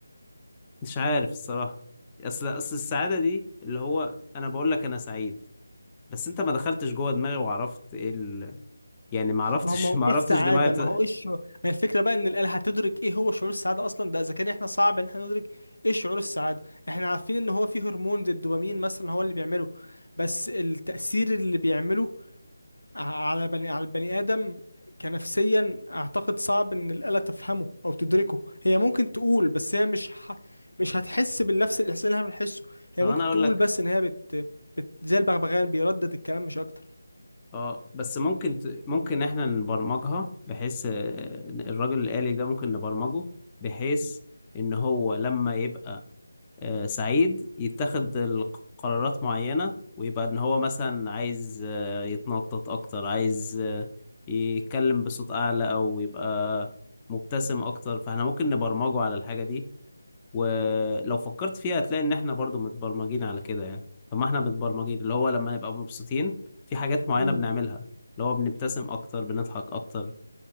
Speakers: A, on the left (about 20°); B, on the left (about 85°).
A: مش عارف الصراحة اصل اصل السعادة دي اللي هو انا بقول لك انا سعيد بس انت ما دخلتش جوه دماغي وعرفت ايه ال... يعني ما عرفتش
B: ما هو ما هو
A: <laughs> ما عرفتش
B: ايه السعاده
A: دماغي بت...
B: ما هو ايه الشعور ما الفكره بقى ان الاله هتدرك ايه هو شعور السعاده اصلا ده اذا كان احنا صعب ان احنا ندرك ايه شعور السعاده احنا عارفين ان هو فيه هرمون زي الدوبامين مثلا هو اللي بيعمله بس التاثير اللي بيعمله ع- على بني على البني ادم كنفسيا اعتقد صعب ان الاله تفهمه او تدركه هي ممكن تقول بس هي مش ح... مش هتحس بالنفس الاحساس اللي احنا بنحسه هي
A: طب
B: ممكن
A: انا اقول
B: تقول
A: لك
B: بس ان هي بت... بت... زي البغبغان بيردد الكلام مش اكتر
A: اه بس ممكن ت... ممكن احنا نبرمجها بحيث آه، الراجل الآلي ده ممكن نبرمجه بحيث ان هو لما يبقى آه، سعيد يتخذ الق- قرارات معينة ويبقى ان هو مثلا عايز آه، يتنطط اكتر عايز آه، يتكلم بصوت اعلى او يبقى مبتسم اكتر فاحنا ممكن نبرمجه على الحاجة دي ولو فكرت فيها هتلاقي ان احنا برضو متبرمجين على كده يعني فما احنا متبرمجين اللي هو لما نبقى مبسوطين في حاجات معينة
B: مم.
A: بنعملها اللي هو بنبتسم اكتر بنضحك اكتر